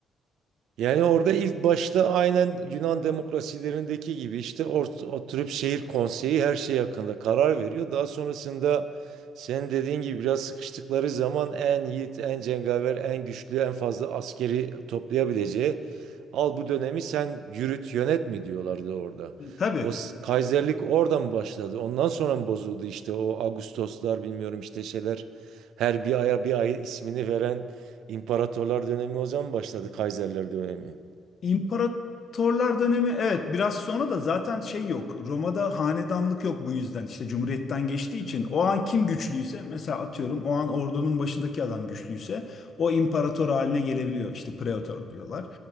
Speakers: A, on the right; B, on the left.
A: Yani orada ilk başta aynen Yunan demokrasilerindeki gibi işte ort- oturup şehir konseyi her şey hakkında karar veriyor. Daha sonrasında senin dediğin gibi biraz sıkıştıkları zaman en yiğit, en cengaver, en güçlü, en fazla askeri toplayabileceği al bu dönemi sen yürüt, yönet mi diyorlardı orada.
B: Tabii
A: O s- kaiserlik oradan başladı? Ondan sonra mı bozuldu işte o Ağustoslar bilmiyorum işte şeyler her bir aya bir ay ismini veren İmparatorlar dönemi o zaman başladı Kaiserler dönemi.
B: İmparatorlar dönemi evet biraz sonra da zaten şey yok. Roma'da hanedanlık yok bu yüzden işte cumhuriyetten geçtiği için o an kim güçlüyse mesela atıyorum o an ordunun başındaki adam güçlüyse o imparator haline gelebiliyor işte pretor diyorlar.